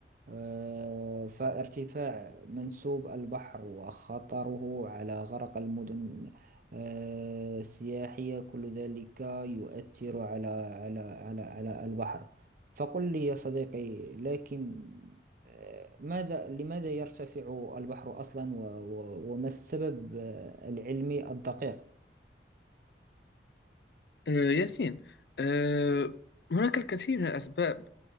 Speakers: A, on the right; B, on the left.
A: آه، فارتفاع منسوب البحر وخطره على غرق المدن آه، السياحية كل ذلك يؤثر على على على على البحر فقل لي يا صديقي لكن آه، ماذا لماذا يرتفع البحر أصلا و- و- وما السبب آه، العلمي الدقيق؟
B: آه ياسين آه هناك الكثير من الأسباب